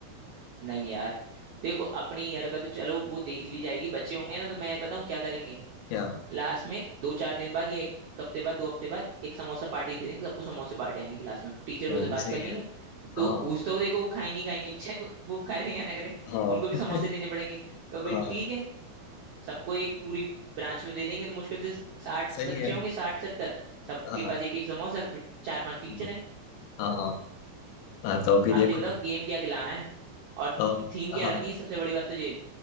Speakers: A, on the right; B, on the left.
A: नहीं यार देखो अपने ईयर का तो चलो वो देख ली जाएगी बच्चे होंगे ना तो मैं बताऊं क्या करेंगे
B: क्या
A: लास्ट में दो चार दिन बाद या एक हफ्ते बाद दो हफ्ते बाद एक समोसा पार्टी दे देंगे सबको समोसे बांटे आएंगे क्लास में टीचर
B: वो
A: उसे
B: भी
A: बात
B: सही
A: कर लेंगे
B: है
A: दो
B: हाँ
A: घूसते हुए देखो वो खाएंगे ही खाएंगे चाहे वो वो खा रहे हैं या ना करें
B: हाँ
A: उनको भी समोसे देने पड़ेंगे तो फिर
B: हाँ
A: ठीक है सबको एक पूरी ब्रांच में दे देंगे तो मुश्किल से साठ
B: सही
A: बच्चे
B: है
A: होंगे साठ सत्तर सबके
B: हाँ
A: पास एक एक समोसा फिर चार पांच
B: हम्म,
A: टीचर हैं
B: हाँ हाँ हाँ, तो अभी
A: आप
B: देखो
A: ये बताओ गेम क्या खिलाना है और
B: अब
A: थीम क्या
B: हाँ
A: रखनी है सबसे बड़ी बात तो ये